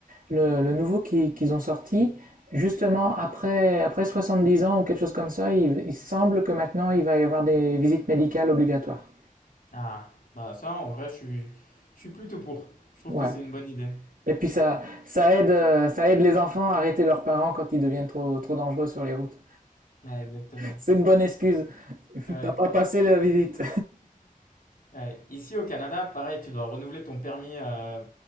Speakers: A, on the right; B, on the left.
A: le, le nouveau qui- qu'ils ont sorti, justement, après, après 70 ans ou quelque chose comme ça, il, il semble que maintenant, il va y avoir des visites médicales obligatoires.
B: Ah, bah ça, en vrai, je suis, je suis plutôt pour. Je trouve
A: Ouais.
B: que c'est une bonne idée.
A: Et puis ça, ça aide, euh, ça aide les enfants à arrêter leurs parents quand ils deviennent trop, trop dangereux sur les routes.
B: Ouais, exactement.
A: C'est une bonne excuse.
B: Ouais,
A: T'as pas passé la visite.
B: ouais. Ici au Canada, pareil, tu dois renouveler ton permis euh,